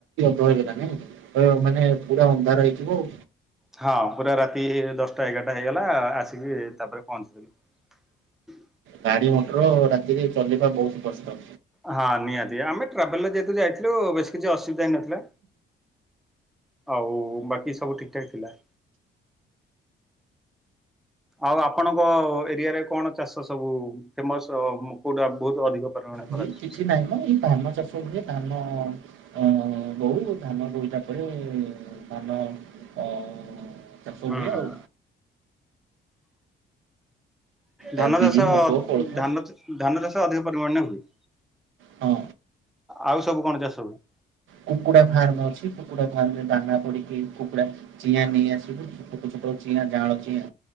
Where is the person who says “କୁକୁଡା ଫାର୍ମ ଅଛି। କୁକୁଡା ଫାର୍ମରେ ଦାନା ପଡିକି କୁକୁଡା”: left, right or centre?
Right